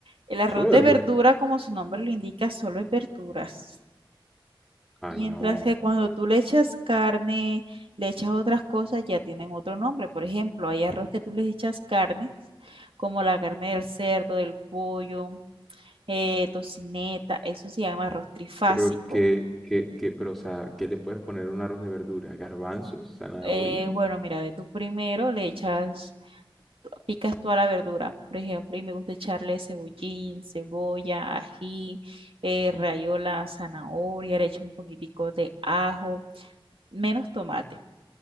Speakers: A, on the right (about 80°); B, in the centre.
A: El arroz
B: solo
A: de
B: verduras.
A: verdura, como su nombre lo indica, solo es verduras.
B: Ay,
A: Mientras
B: no.
A: que cuando tú le echas carne, le echas otras cosas, ya tienen otro nombre. Por ejemplo, hay arroz que tú les echas carne, como la carne del cerdo, del pollo, eh, tocineta, eso se llama arroz trifásico.
B: Pero que, que, que, pero o sea, ¿qué le puedes poner a un arroz de verdura? Garbanzos, zanahoria,
A: Eh, bueno, mira, ve tú primero, le echas, picas toda la verdura, por ejemplo, y me gusta echarle cebollín, cebolla, ají, eh, rayola, zanahoria, le echo un poquitico de ajo, menos tomate.